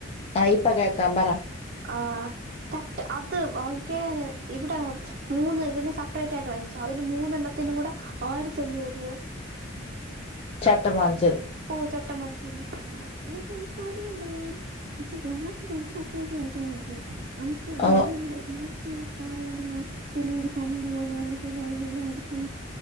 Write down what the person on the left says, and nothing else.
ആ ഇപ്പ കേക്കാം പറ
ചട്ടം വാങ്ങി
ഓ